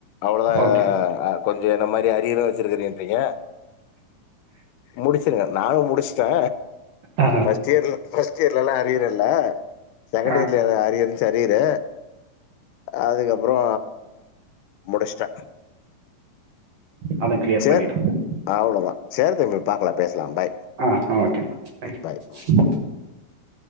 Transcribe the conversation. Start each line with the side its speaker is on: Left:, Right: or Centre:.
Left: அவ்ளதா
Right: ஓகே
Left: ஆ கொஞ்ச என்ன மாரி அரியர் வேற வச்சிருக்கறன்றீங்க முடிச்சிருங்க நானு முடிச்சுட்டே
Right: ஆ
Left: ஃபஸ்ட் இயர்ல ஃபஸ்ட் இயர்லல்லா அரியர் இல்ல செகண்ட்
Right: ஆ
Left: இயர்ல அது அரியர் இருந்துச்சு அரியரு அதுக்கப் புறோ முடிச்சுட்டே
Right: அத கிளியர்
Left: சேர்
Right: பண்ணிடுவோ
Left: அவ்ளதா சேரி தம்பி பாக்கலா பேசலா பாய்
Right: ஆ ஓகேண்ணா தேங்க்யூ
Left: பாய் ம்